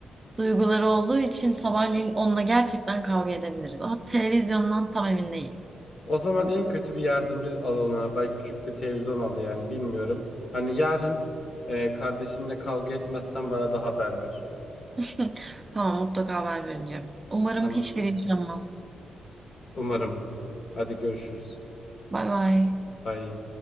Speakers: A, on the right; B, on the left.
A: duyguları olduğu için sabahleyin onunla gerçekten kavga edebiliriz. Ama televizyondan tam emin değilim.
B: O zaman en kötü bir yardımcı alanına bay küçük bir televizyon al yani bilmiyorum. Hani yarın e, kardeşinle kavga etmezsen bana da haber ver.
A: <laughs> Tamam mutlaka haber vereceğim. Umarım
B: Tamam.
A: hiçbiri yaşanmaz.
B: Umarım. Hadi görüşürüz.
A: Bay bay.
B: Bye.